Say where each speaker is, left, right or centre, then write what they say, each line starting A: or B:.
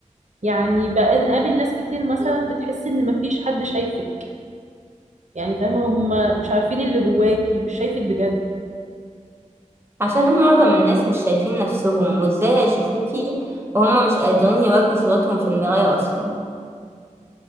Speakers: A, on the right; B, on the right.
A: يعني بقى نقابل ناس كتير مثلا بتحس ان مفيش حد شايفك يعني فاهمة هم مش عارفين اللي جواكي مش شايفك بجد
B: عشان معظم الناس مش شايفين نفسهم وازاي هيشوفوكي وهم مش قادرين يواجهوا صورتهم في المراية اصلا